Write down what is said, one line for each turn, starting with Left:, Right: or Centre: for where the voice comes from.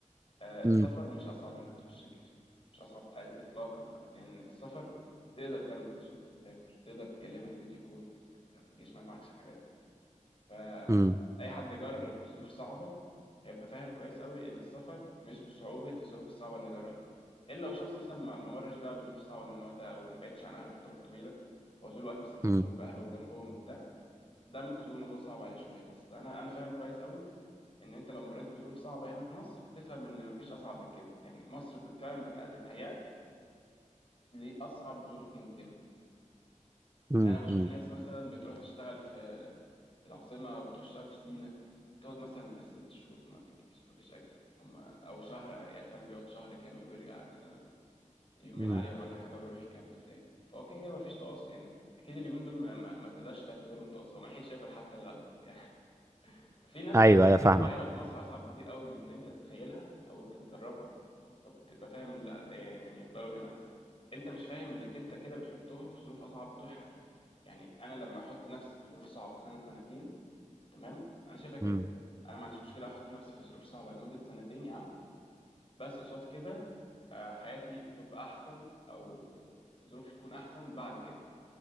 Left: آه، السفر
Right: امم
Left: مش اصعب من انك تخش الجيش مش اصعب آه، اطلاقا بقى لان السفر تقدر تعمل فلوس وانت بتسافر تقدر تكلمهم فيديو كول انت في الجيش ما معكش الحاجات دي فأي
Right: امم
Left: حد جرب ظروف صعبة هيبقى فاهم كويس قوي إن السفر مش بصعوبة الظروف الصعبة اللي جربها إلا لو شخص مثلا ما ما مرش بقى بظروف صعبة من النوع ده أو ما بعدش عن أهله فترات طويلة هو طول الوقت مثلا كان
Right: امم
Left: مرتبط بأهله وجنبهم وبتاع ده ممكن تكون الموضوع صعب عليه شوية بس أنا أنا فاهم كويس قوي إن أنت لو مريت بظروف صعبة هنا في مصر هتفهم إن مفيش أصعب من كده يعني مصر ب- فعلا بت- بتهيأك لأصعب ظروف ممكنة
Right: امم
Left: أنا بشوف ناس مثلا بتروح تشتغل في العاصمة وبتشتغل في سينا بتقعد مثلا بالست شهور ما بتجيش مفيش أجازة هم أو شهر يعني فاهم بيقعد شهر كامل ويرجع مثلا يومين
Right: امم
Left: عليهم ولا حاجة ويروح يكمل تاني فهو كده كده مفيش تواصل يعني أكيد اليومين دول ما, ما, ما تقدرش تعتبرهم تواصل هو ما يحيش ياكل حتى الغدا <laughs> يعني في ناس
Right: ايوه
Left: كده كده
Right: ايوه
Left: ظروفها
Right: فاهمك
Left: هنا في مصر أصعب بكتير قوي من إن أنت تتخيلها أو أنت تجربها فبتبقى فاهم إن لا يعني يفضلوا هنا أحسن أنت مش فاهم إنك أنت كده بتحطهم في ظروف أصعب طول حياتهم يعني أنا لما أحط نفسي في ظروف صعبة سنة سنتين تمام انا شايفها كده
Right: امم
Left: انا ما عنديش مشكله احط نفسي في ظروف صعبه لمده سنتين يا عم بس قصاد كده آه، حياتي تبقى احسن او ظروفي تكون احسن بعد كده